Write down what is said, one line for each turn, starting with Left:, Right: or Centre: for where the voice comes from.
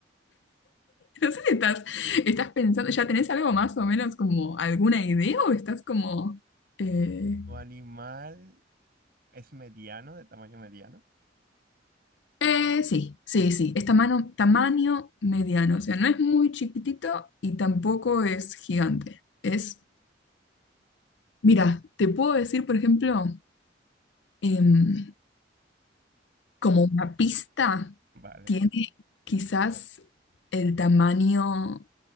Left: No sé si estás, estás pensando, ¿ya tenés algo más o menos como alguna idea o estás como... eh,
Right: ¿Tu animal es mediano, de tamaño mediano?
Left: eh, sí, sí, sí, es tamaño, tamaño mediano, o sea, no es muy chiquitito y tampoco es gigante. Es, mira, te puedo decir, por ejemplo, em, como una pista,
Right: Vale,
Left: tiene quizás el tamaño